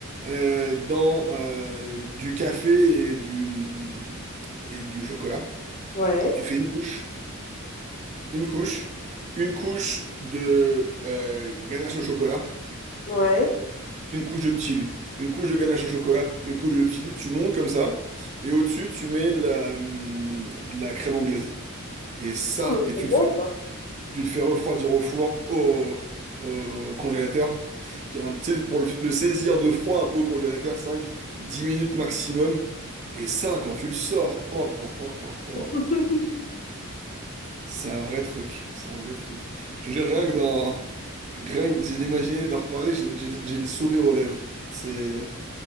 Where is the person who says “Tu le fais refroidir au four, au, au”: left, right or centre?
Right